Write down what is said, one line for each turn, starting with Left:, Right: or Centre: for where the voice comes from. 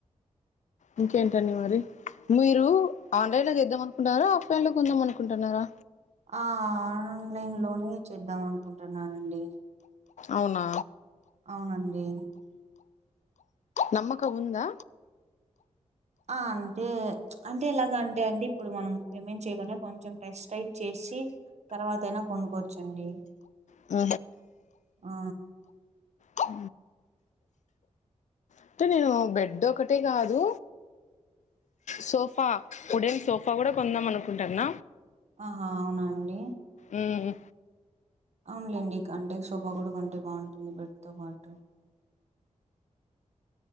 Left: ఇంకేంటండి మరి మీరు ఆన్లైన్ లో చేద్దాం అనుకుంటన్నారా ఆఫ్లైన్ లో కొందాం అనుకుంటున్నారా
Right: ఆ ఆన్లైన్ లోనే చేద్దాం అనుకుంటున్నానండి
Left: అవునా
Right: అవునండి
Left: నమ్మకం ఉందా
Right: ఆ అంటే అంటే ఇలాగ అంటే అండి ఇప్పుడు మనం పేమెంట్ చేయకుండా కొంచెం టెస్ రైట్ చేసి తర్వాత అయినా కొనుక్కోచ్చండి
Left: ఉ
Right: ఆ
Left: హ అంటే నేను బెడ్ ఒకటే కాదు సోఫా ఉడేన్ సోఫా కూడా కొందామనుకుంటున్న
Right: ఆహా అవునండి
Left: ఉమ్
Right: అవునులేండి కాంటెక్ సోఫా కూడా కొంటే బాగుంటుంది బెడ్ తో పాటు